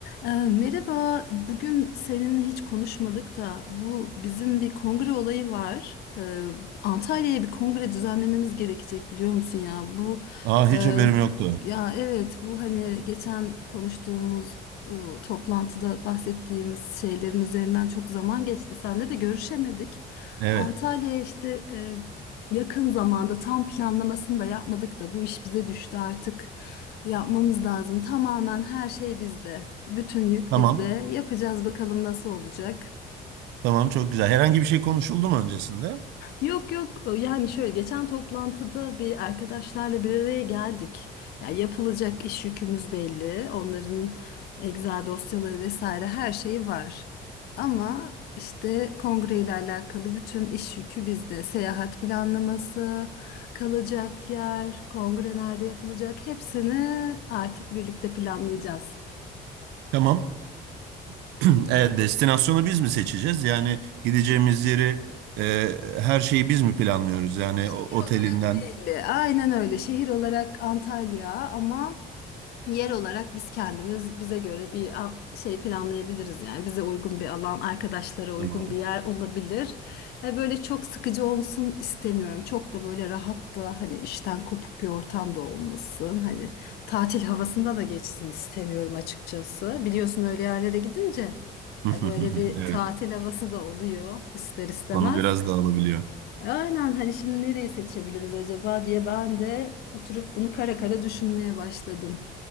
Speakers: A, on the left; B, on the right.
A: Ee, Merhaba, bugün seninle hiç konuşmadık da bu bizim bir kongre olayı var. Ee, Antalya'ya bir kongre düzenlememiz gerekecek biliyor musun ya? Bu
B: Aa
A: e,
B: hiç haberim yoktu.
A: ya evet bu hani geçen konuştuğumuz e, toplantıda bahsettiğimiz şeylerin üzerinden çok zaman geçti. Seninle de görüşemedik.
B: Evet.
A: Antalya'ya işte e, yakın zamanda tam planlamasını da yapmadık da bu iş bize düştü artık. Yapmamız lazım. Tamamen her şey bizde. Bütün yük
B: Tamam.
A: bizde. Yapacağız bakalım nasıl olacak.
B: Tamam çok güzel. Herhangi bir şey konuşuldu mu öncesinde?
A: Yok yok yani şöyle geçen toplantıda bir arkadaşlarla bir araya geldik. Ya yapılacak iş yükümüz belli. Onların Excel dosyaları vesaire her şeyi var. Ama işte kongre ile alakalı bütün iş yükü bizde. Seyahat planlaması, kalacak yer, kongre nerede yapılacak hepsini artık birlikte planlayacağız.
B: Tamam. <clears throat> Evet, destinasyonu biz mi seçeceğiz? Yani gideceğimiz yeri e, her şeyi biz mi planlıyoruz? Yani
A: Şehir
B: o- otelinden.
A: olarak belli. Aynen öyle. Şehir olarak Antalya ama yer olarak biz kendimiz bize göre bir al- şey planlayabiliriz yani bize uygun bir alan, arkadaşlara uygun
B: Tamam.
A: bir yer olabilir. E, Böyle çok sıkıcı olsun istemiyorum. Çok da böyle rahat da hani işten kopuk bir ortam da olmasın. Hani tatil havasında da geçsin istemiyorum açıkçası. Biliyorsun öyle yerlere gidince
B: <laughs>
A: ya böyle bir
B: Evet.
A: tatil havası da oluyor ister istemez.
B: Konu biraz dağılabiliyor.
A: Aynen hani şimdi nereyi seçebiliriz acaba diye ben de oturup bunu kara kara düşünmeye başladım.